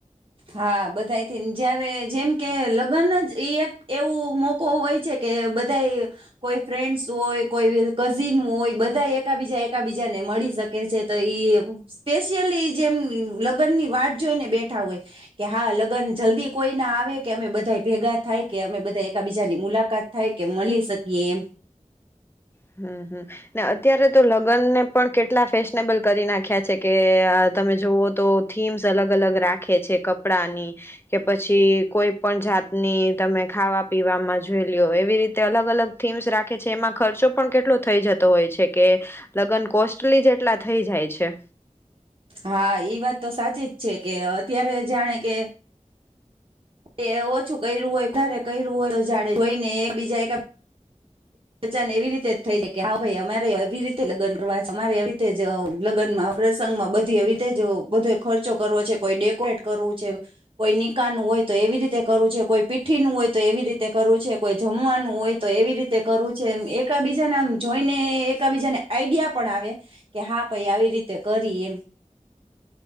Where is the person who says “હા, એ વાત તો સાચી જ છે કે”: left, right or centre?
Right